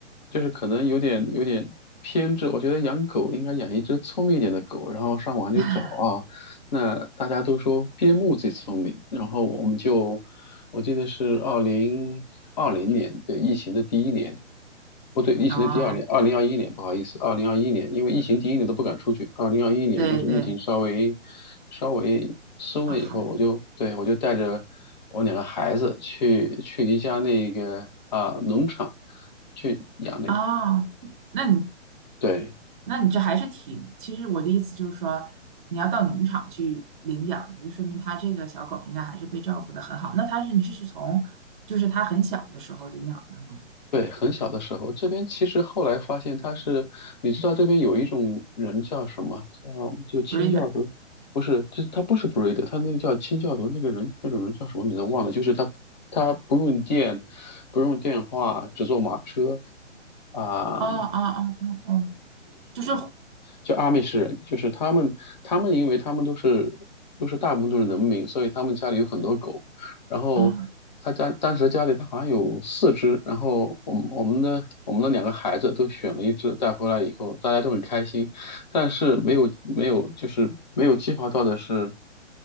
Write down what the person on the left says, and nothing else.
就是可能有点有点偏执，我觉得养狗应该养一只聪明一点的狗，然后上网就找啊，
那大家都说边牧最聪明，然后我们就，我记得是二零二零年，对，疫情的第一年，不对，疫情的第二年，
二零二一年，不好意思，二零二一年，因为疫情第一年都不敢出去，二零二一年就是疫情稍微
稍微松了以后，
我就，对，我就带着我两个孩子去去一家那个啊、农场去养那，
对。
对，很小的时候，这边其实后来发现他是，你知道这边有一种人叫什么？叫就清教徒，
不是，这他不是 breed，他那个叫清教徒那个人，那种人叫什么名字忘了，就是他他不用电，不用电话，只坐马车啊、
就阿美士人，就是他们，他们因为他们都是都是大部分都是农民，所以他们家里有很多狗。然后他家当时家里他好像有四只，
然后我们我们的我们的两个孩子都选了一只带回来以后，大家都很开心。但是没有没有就是没有计划到的是，